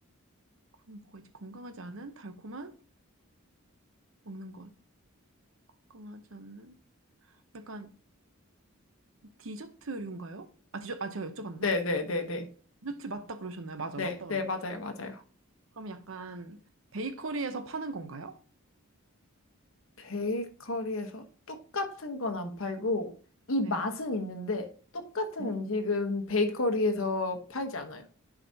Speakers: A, on the right; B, on the left.
A: 그럼 뭐가 있지? 건강하지 않은 달콤한 먹는 것. 건강하지 않는 약간 디저트류인가요? 아, 디저, 아 제가 여쭤봤나?
B: 네, 네, 네, 네.
A: 디저트 맞다 그러셨나요? 맞아,
B: 네,
A: 맞다 그러셨어요.
B: 네, 맞아요, 맞아요.
A: 그럼 약간 베이커리에서 파는 건가요?
B: 베이커리에서 똑같은 건 안 팔고, 이
A: 네.
B: 맛은 있는데, 똑같은
A: 네?
B: 음식은 베이커리에서 팔지 않아요.